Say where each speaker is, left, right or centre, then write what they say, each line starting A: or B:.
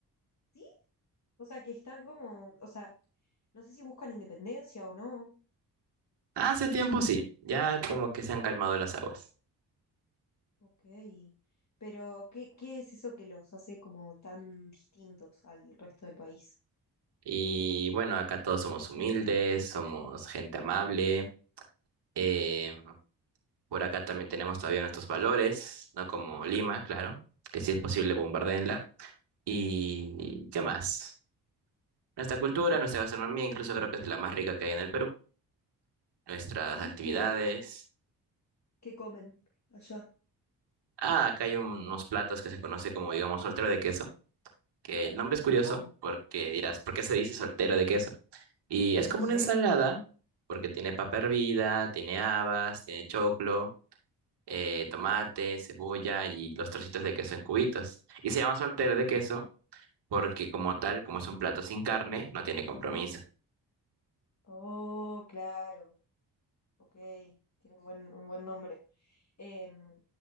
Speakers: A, on the left (about 40°); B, on the right (about 70°).
A: ¿Sí? O sea, que están como, o sea, no sé si buscan independencia o no.
B: Hace tiempo sí, ya como que se han calmado las aguas.
A: Ok, pero ¿qué, qué es eso que los hace como tan distintos al resto del país?
B: Y bueno, acá todos somos humildes, somos gente amable. eh, por acá también tenemos todavía nuestros valores, no como Lima, claro, que si es posible bombardeenla. ¿Y qué más? Nuestra cultura, nuestra gastronomía, incluso creo que es de la más rica que hay en el Perú. Nuestras
A: ¿Sí?
B: actividades.
A: ¿Qué, qué comen allá?
B: Ah, acá hay unos platos que se conoce como, digamos, soltero de queso, que el nombre es curioso
A: Opa,
B: porque dirás, ¿por qué se dice soltero de queso? Y es
A: no
B: como
A: sé.
B: una ensalada, porque tiene papa hervida, tiene habas, tiene choclo, eh, tomate, cebolla y los trocitos de queso en cubitos. Y se llama soltero de
A: Ujú.
B: queso porque como tal, como es un plato sin carne, no tiene compromiso.
A: Oh, claro, ok, tiene un buen, un buen nombre. Em,